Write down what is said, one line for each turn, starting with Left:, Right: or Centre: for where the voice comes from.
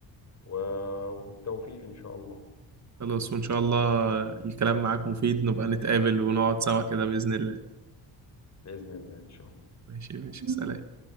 Left: و- والتوفيق إن شاء الله
Right: خلاص وإن شاء الله الكلام معاك مفيد نبقى نتقابل ونقعد سوا كده بإذن الله
Left: بإذن الله إن شاء الله
Right: ماشي ماشي سلام